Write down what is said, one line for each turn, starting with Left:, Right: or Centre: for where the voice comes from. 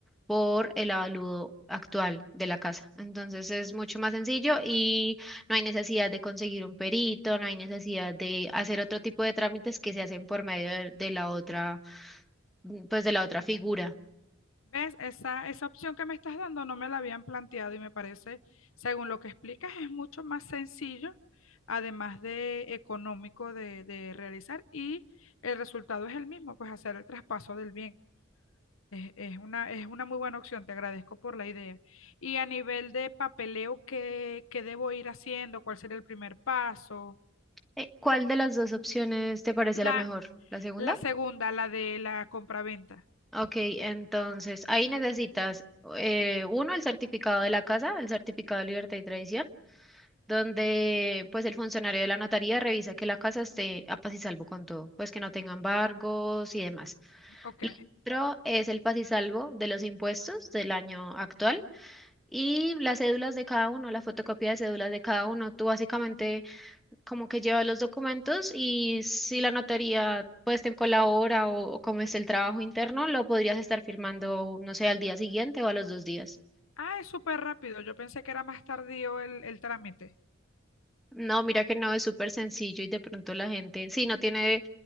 Centre: por el avalúo actual de la casa. Entonces es mucho más sencillo y no hay necesidad de conseguir un perito, no hay necesidad de hacer otro tipo de trámites que se hacen por medio de, de la otra, mm, pues de la otra figura.
Left: ¿Ves? Esa, esa opción que me estás dando no me la habían planteado y me parece, según lo que explicas, es mucho más sencillo, además de económico de, de realizar y el resultado es el mismo, pues hacer el traspaso del bien. Es, es una, es una muy buena opción, te agradezco por la idea. Y a nivel de papeleo, ¿qué, qué debo ir haciendo? ¿Cuál sería el primer paso?
Centre: Eh, ¿cuál de las dos opciones te parece
Left: La,
Centre: la mejor? ¿La segunda?
Left: la segunda, la de la compraventa.
Centre: Ok, entonces ahí necesitas eh, uno, el certificado de la casa, el certificado de libertad y tradición, donde pues el funcionario de la notaría revisa que la casa esté a paz y salvo con todo, pues que no tenga embargos y demás.
Left: Ok.
Centre: Lo otro es el paz y salvo de los impuestos del año actual y las cédulas de cada uno, la fotocopia de cédulas de cada uno. Tú básicamente como que lleva los documentos y si la notaría pues te colabora o, o como es el trabajo interno, lo podrías estar firmando, no sé, al día siguiente o a los dos días.
Left: Ah, es súper rápido. Yo pensé que era más tardío el el trámite.
Centre: No, mira que no es súper sencillo y de pronto la gente, sí, no tiene